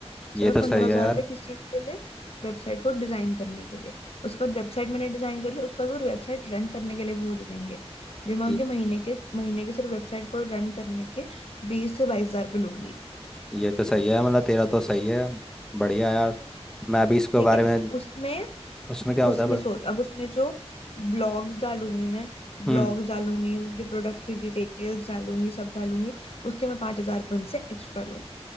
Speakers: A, on the left; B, in the centre.
A: सिर्फ
B: ये तो सही
A: पंद्रह हजार
B: है यार
A: रुपये किस चीज के लिए वेबसाइट को डिजाइन करने के लिए उसके बाद वेबसाइट मैंने डिजाइन कर ली उस पर वो वेबसाइट रन करने के लिए भी मुझे देंगे जो मैं उनके
B: ये,
A: महीने के महीने के सिर्फ वेबसाइट को रन करने के बीस से बाईस हजार रुपये लूंगी
B: ये तो सही है मतलब तेरा तो सही है बढ़िया यार मैं भी इसके
A: ठीक
B: बारे
A: है
B: में
A: उसमें
B: उसमें क्या होता
A: उसमें
B: है बस
A: सोच अब उसमें जो ब्लॉग्स डालूंगी मैं
B: हम्म
A: ब्लॉग्स डालूंगी उनके प्रोडक्ट की डिटेल्स डालूंगी सब डालूंगी उसके मैं पांच हजार रुपये उनसे एक्स्ट्रा लूंगी